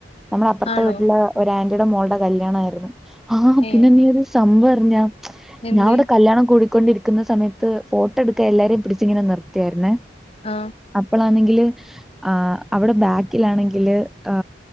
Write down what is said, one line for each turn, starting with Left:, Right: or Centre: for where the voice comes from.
Centre: നമ്മള അപ്പർത്ത
Left: ആണോ
Centre: വീട്ടില ഒരാന്റിടെ മോൾടെ കല്ല്യാണാര്ന്ന് ആ
Left: ഏഹ്
Centre: പിന്നെ നീ ഒര് സംഭവർഞ്ഞ
Left: എന്തേ
Centre: ഞാ അവ്ടെ കല്യാണം കൂടിക്കൊണ്ടിരി ക്ക്ന്ന സമയത്ത് ഫോട്ടോ ഇട്ക്കാ എല്ലാരേം പിടിച്ച് ഇങ്ങനെ നിർത്തിയാര്ന്നെ.
Left: ആ
Centre: അപ്പോളാണെങ്കില് ആ അവിടെ ബാക്കിലാണെങ്കില് ആ